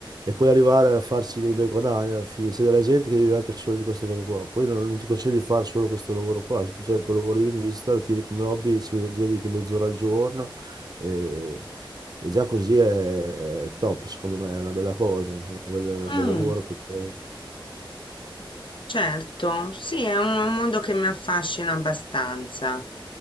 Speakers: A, on the right; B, on the left.
A: e poi arrivare a farsi dei bei guadagni alla fine. C'è della gente che vive anche solo di queste cose qua. Poi non, non ti consiglio di fare solo questo lavoro qua. Se tu hai il tuo lavoro di linguista, lo tieni come hobby, ci dedichi mezz'ora al giorno e, e già così è, è top, secondo me, è una bella cosa, una bella-
B: Mm.
A: un bel lavoro. che fai.
B: Certo, sì, è un un mondo che mi affascina abbastanza.